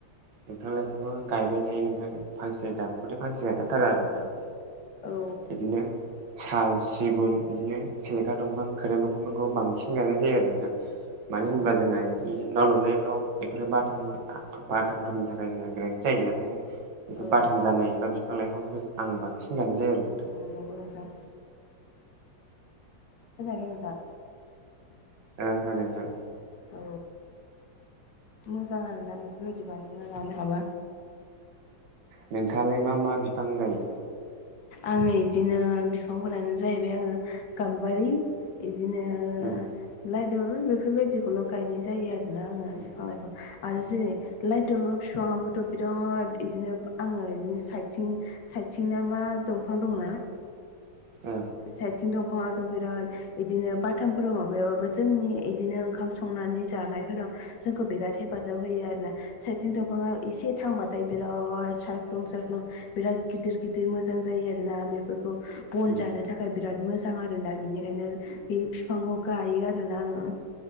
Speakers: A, on the right; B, on the left.
A: बिफां लाइफांखौ गायबाय थायो नोंथां फांसे दानफांखौल फांसे गायखाथारो आरो नोंथां।
B: औ
A: बिदिनो साल सिगुन। बिदिनो सेलेखा दंफां खोरोम दंफांफोरखौ बांसिन गायनाय जायो आरो नोंथां मानो
B: औ
A: होनोब्ला जोंहा बे न' लुनायफ्राव बेफोरो बाथामफोर बाथामफोरनि थाखाय जोंना गोनांथि जायोना ओंखायनो बेफोर
B: औ
A: बाथाम जानाय बा बिफां लाइफांफोरखौ आं बांसिन गायनाय जायो आरो। नोंथां
B: औ नंगौ नोंथां खोनायाखै नोंथां।
A: ओ खोनादों नोंथां।
B: औ मोजां आरोना बेफोरबायदि बानायना लानो हाबा।
A: नोंथाङालाय मा मा बिफां गायो ‌?
B: आङो बिदिनो बिफांफोरानो जाहैबाय आङो गाम्बारि बिदिनो ओ
A: उम
B: लाइ दलर बेफोरबायदिखौल' गायनाय जायो आरोना आङो
A: उम
B: बिफां लाइखौ आरो
A: उम
B: जेरै लाइ दलर बिफाङाबोथ' बिराद बिदिनो आङो बिदिनो साइथिं साइथिंना मा दंफां दंना?
A: ओ
B: साइथिं दंफाङाथ बिराद इदिनो बाथामफोराव माबायाबाबो जोंनि इदिनो ओंखाम संनानै जानायफोराव जोंखौ बिराद हेफाजाब होयो आरोना साइथिं दंफाङा एसे थांबा नाथाय बिराद सायख्लं सायख्लं बिराद गिदिर गिदिर मोजां जायो आरोोना बेफोरखौ बन
A: उम
B: जानो थाखाय बिराद मोजां आरोोना बिनिखायनो बे बििफांखौ गायो आरोोना आङो।